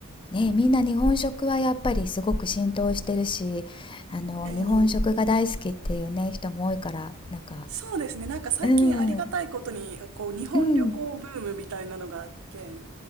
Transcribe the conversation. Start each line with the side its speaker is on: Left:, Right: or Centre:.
Left: ね、みんな日本食はやっぱりすごく浸透してるし、あの、
Right: ええ
Left: 日本食が大好きっていうね、人も多いから、なんか、
Right: そうですね。なんか最近ありがたいことに、
Left: うん、
Right: こう、日本旅行ブームみたいなのがあって、
Left: うん、